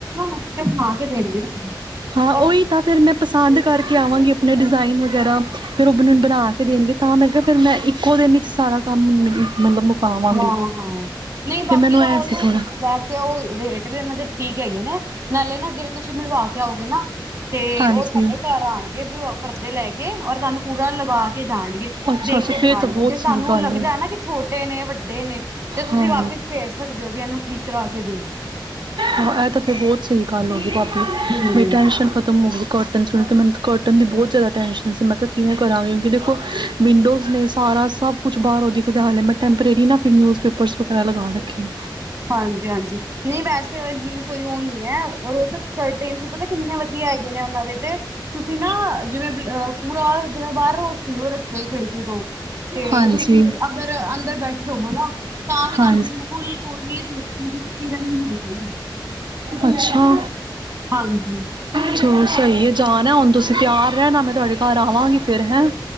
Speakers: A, on the right (about 35°); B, on the right (about 70°).
A: ਨਕਸ਼ੇ ਬਣਾ ਕੇ ਦੇਣਗੇ ਨਾ
B: ਹਾਂ ਉਹੀ
A: ਔਰ
B: ਤਾਂ ਫੇਰ ਮੈਂ ਪਸੰਦ ਕਰਕੇ ਵੈ ਕੇ ਆਵਾਂਗੀ ਆਪਣੇ ਡਿਜ਼ਾਇਨ ਵਗੈਰਾ ਫੇਰ ਉਹ ਬਣਾ ਕੇ ਦੇਣਗੇ ਤਾਂ ਮੈਂ ਕਿਹਾ ਫੇਰ ਮੈਂ ਇੱਕੋ ਦਿਨ ਹੀ ਸਾਰਾ ਕੰਮ <unintelligible> ਮਤਲਬ ਮੁਕਾਵਾਂਗੀ
A: ਹਾਂ ਹਾਂ, ਨਹੀਂ
B: ਫਿਰ
A: ਬਾਕੀ
B: ਮੈਨੂੰ
A: ਤਾਂ
B: ਐ
A: ਉਹ
B: ਸੀ
A: ਨਾ
B: ਥੋੜਾ
A: ਵੈਸੇ ਉਹ ਰੇਟ ਵੀ ਉਹਨਾਂ ਦੇ ਠੀਕ ਹੈਗੇ ਨੇ ਨਾਲੇ ਨਾ ਜਿਵੇਂ। ਤੁਸੀਂ ਮਿਲਵਾ ਕੇ ਆਓਗੇ ਨਾ ਤੇ
B: ਹਾਂਜੀ
A: ਉਹ ਤੁਹਾਡੇ ਘਰ ਆਣਗੇ ਵੀ ਪਰਦੇ ਲੈ ਕੇ ਔਰ ਤੁਹਾਨੂੰ ਪੂਰਾ ਲਗਾ ਕੇ ਕੇ ਜਾਣਗੇ
B: ਅੱਛਾ
A: ਦੇਖ
B: ਅੱਛਾ
A: ਕੇ
B: ਫਿਰ
A: ਜਾਣਗੇ
B: ਤਾਂ ਬਹੁਤ
A: ਜੇ
B: ਸਹੀ
A: ਸਾਨੂੰ
B: ਗੱਲ
A: ਲੱਗਦਾ ਹੈ ਨਾ ਕਿ ਛੋਟੇ ਨੇ ਦੇ ਨੇ। ਤੇ ਤੁਸੀਂ
B: ਹਾਂ
A: ਵਾਪਿਸ ਭੇਜ ਸਕਦੇ ਹੋ ਵੀ ਇਹਨੂੰ ਠੀਕ ਕਰਾ ਕੇ ਦਓ।
B: ਹਾਂ, ਇਹ ਤਾਂ ਫੇਰ ਬਹੁਤ ਸਹੀ ਗੱਲ ਹੋ ਗਈ। ਮੇਰੀ
A: ਹੂੰ
B: ਟੈਨਸ਼ਨ ਖਤਮ ਹੋਗੀ। ਕੋਟਨ ਸੁਣ ਅਤੇ ਮੈਨੂੰ ਕੋਟਨ ਦੀ ਬਹੁਤ ਜ਼ਿਆਦਾ ਟੈਂਨਸ਼ਨ ਹੈ ਸੀ ਮੈਂ ਕਿਹਾ ਕਿਵੇਂ ਕਰਾਂਗੀ ਕਿਉਂਕਿ ਦੇਖੋ ਵਿੰਡੋਜ਼ ਨੇ ਸਾਰਾ ਸਭ ਕੁਛ ਬਾਹਰ ਉਹ ਦਿਖਦੇ ਹਾਲੇ ਮੈਂ ਟੈਂਪਰੇਰੀ ਨਾ ਫਿਰ ਨਿਊਜ਼ਪੇਪਰਸ ਵਗੈਰਾ ਲਗਾ ਰੱਖੇ ਨੇ
A: ਹਾਂਜੀ ਹਾਂਜੀ ਨਹੀਂ ਵੈਸੇ। ਕੋਈ ਉਹ ਨੀ ਹੈ ਰ ਉਹ ਸਕਟ ਪਤਾ ਕਿੰਨੇ ਵਧੀਆ ਹੈਗੇ ਨੇ ਉਹਨਾਂ ਦੇ ਤੇ ਤੁਸੀਂ ਨਾ ਜਿਵੇਂ ਪੂਰਾ ਜਿਵੇਂ ਬਾਹਰ ਰੋਸ ਸੀ ਉਹ ਰੱਖੇ ਖਿੜਕੀ ਤੋਂ ਤੇ
B: ਹਾਂਜੀ
A: ਤੁਸੀਂ ਅਗਰ ਅੰਦਰ ਬੈਠ ਰਵੋ ਨਾ ਤਾਂ ਵੀ
B: ਹਾਂਜੀ
A: ਤੁਹਾਨੂੰ ਬਿਲਕੁਲ <unintelligible>
B: ਅੱਛਾ
A: ਹਾਂਜੀ
B: ਚ। <unintelligible> ਸਹੀ ਹੈ ਜਾਣ ਹੁਣ ਤੁਸੀਂ ਤਿਆਰ ਰਹ ਨਾ ਮੈਂ ਤੁਹਾਡੇ ਘਰ ਆਵਾਂਗੀ ਫਿਰ ਹੈ।